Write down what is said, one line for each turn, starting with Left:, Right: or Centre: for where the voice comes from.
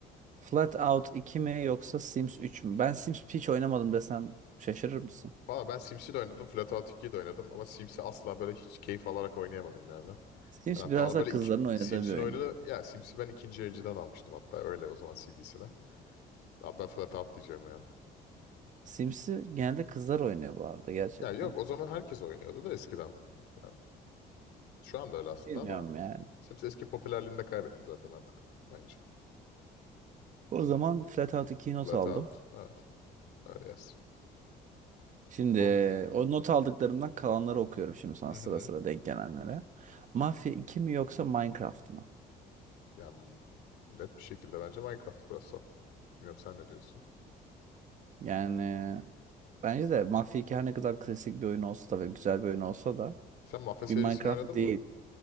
Right: Flatout 2 mi yoksa Sims 3 mü? Ben Sims hiç oynamadım desem şaşırır mısın?
Left: Valla ben Sims'i de oynadım, Flatout 2'yi de oynadım ama Sims'i asla böyle hiç keyif alarak oynayamadım yani.
Right: Sims
Left: Ben hatta
Right: biraz
Left: onu
Right: daha
Left: böyle
Right: kızların
Left: iki,
Right: oynadığı
Left: Sims'in
Right: bir oyun
Left: oyununu,
Right: yani.
Left: ya Sims'i ben ikinci elciden almıştım hatta öyle o zaman CD'sine. Abi ben Flatout diyeceğim ya.
Right: Sims'i genelde kızlar oynuyor bu arada gerçekten.
Left: Ya yok o zaman herkes oynuyordu da eskiden. Ya, şu anda öyle aslında
Right: Bilmiyorum
Left: ama
Right: yani.
Left: Sims eski popülerliğini de kaybetti zaten artık bence.
Right: O zaman Flatout 2'yi not
Left: Blackout.
Right: aldım.
Left: Evet. Öyle yaz.
Right: Şimdi
Left: Hmm.
Right: e, o not aldıklarımdan kalanları okuyorum şimdi sana
Left: Hı
Right: sıra
Left: hı.
Right: sıra denk gelenlere. Mafya iki mi yoksa Minecraft mı?
Left: Yani net bir şekilde bence Minecraft burası. Bilmiyorum sen ne diyorsun?
Right: Yani bence de Mafya iki her ne kadar klasik bir oyun olsa da ve güzel bir oyun olsa da
Left: Sen Mafya serisini
Right: bir Minecraft
Left: oynadın
Right: değil.
Left: mı?